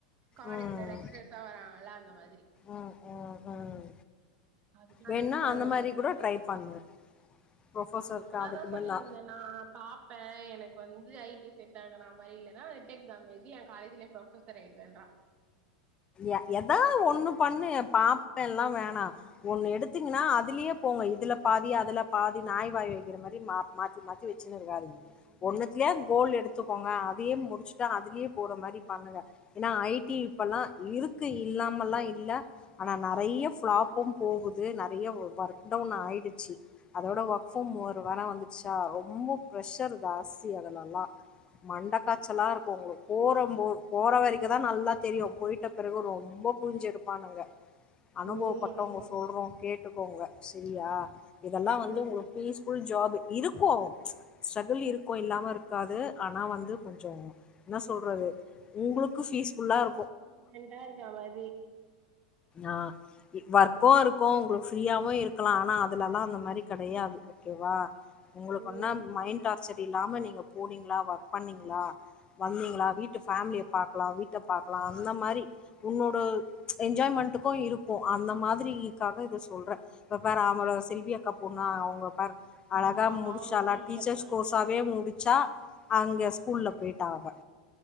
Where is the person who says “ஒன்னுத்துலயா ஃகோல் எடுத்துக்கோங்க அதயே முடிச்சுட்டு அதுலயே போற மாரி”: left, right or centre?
Left